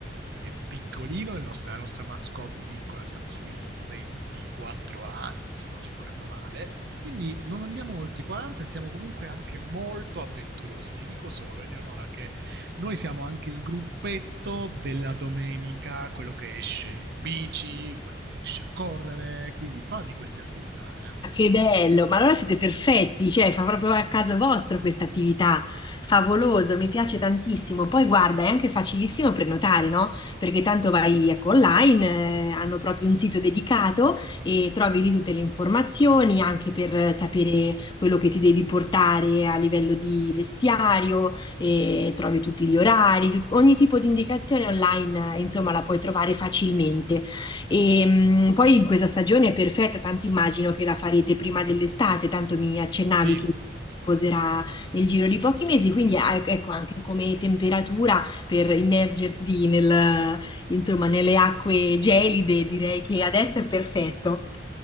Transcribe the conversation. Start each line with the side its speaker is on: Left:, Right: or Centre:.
Right: è piccolino, il nostro- la nostra mascotte piccola, siamo sui 24 anni, se non ricordo male. Quindi non andiamo oltre i 40 e siamo comunque anche molto avventurosi. Ti dico solo, Eleonora, che noi siamo anche il gruppetto della domenica, quello che esce in bici, quello che esce a correre, quindi fa di queste attività, eh.
Left: Ma Che bello, ma allora siete perfetti, cioè fa proprio al caso vostro questa attività, favoloso, mi piace tantissimo. Poi guarda, è anche facilissimo prenotare, no? Perché tanto vai ecco, online, eh, hanno proprio un sito dedicato e trovi lì tutte le informazioni anche per sapere quello che ti devi portare a livello di vestiario, e trovi tutti gli orari, ogni tipo di indicazione online, eh, insomma, la puoi trovare facilmente. E mh, poi in questa stagione è perfetta, tanto immagino che la farete prima dell'estate, tanto mi accennavi
Right: Sì,
Left: che si sposerà nel giro di pochi mesi, quindi eh, ecco anche come temperatura per immergerti nel, insomma, nelle acque gelide, direi che adesso è perfetto.